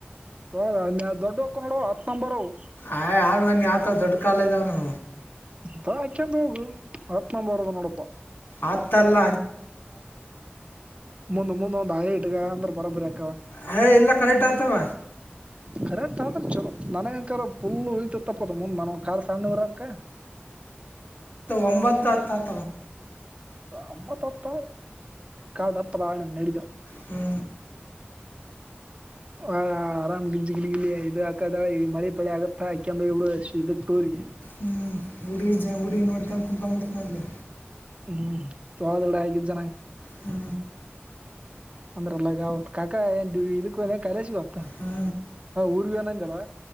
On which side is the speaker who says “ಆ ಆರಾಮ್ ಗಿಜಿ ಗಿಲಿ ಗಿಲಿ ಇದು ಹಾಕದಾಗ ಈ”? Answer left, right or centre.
Right